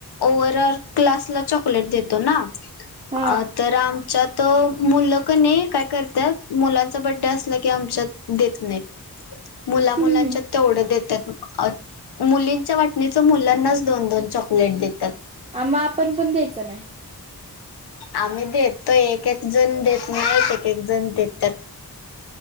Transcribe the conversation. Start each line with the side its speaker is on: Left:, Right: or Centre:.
Left: ओव्हरऑल क्लासला चॉकलेट देतो ना अ
Right: हा
Left: तर आमच्यात मुलं कणी काय करत्यात मुलांचा बड्डे असला की आमच्यात देत नाही मुला मुलांच्यात
Right: हम्म
Left: तेवढं देतात मुलींच्या वाटणीच मुलांनाच दोन दोन चॉकलेट देतात
Right: आ म आपण पण द्यायचं नाही
Left: आम्ही देतोय एक एक जण देत नाहीत एक एक जण देत्यात